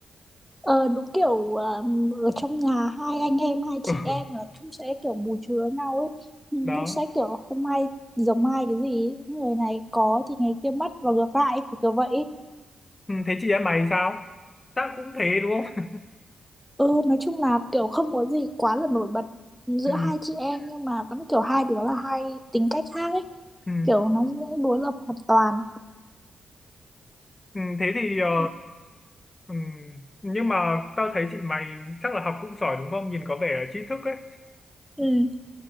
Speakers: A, in the centre; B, on the left (about 30°).
A: Ờ, đúng kiểu ờm, ở trong nhà hai anh em hai chị
B: <laughs> ừ,
A: em là cũng sẽ kiểu bù chứa nhau ấy Nhưng
B: đó
A: cũng sẽ kiểu hôm nay giống mai cái gì ấy. người này có thì ngày kia mất và ngược lại ấy, kiểu kiểu vậy ấy.
B: ừ, thế chị em mày sao tao cũng thế đúng không
A: ừ nói chung là kiểu không có gì quá là nổi bật giữa
B: <laughs> ừ,
A: hai chị em nhưng mà vẫn kiểu hai đứa là hai tính cách khác ấy
B: ừ,
A: kiểu nó sẽ đối lập hoàn toàn
B: ừ, thế thì ờ,
A: Ừ.
B: ừ, nhưng mà tao thấy chị mày chắc là học cũng giỏi đúng không nhìn có vẻ là trí thức ấy
A: Ừ.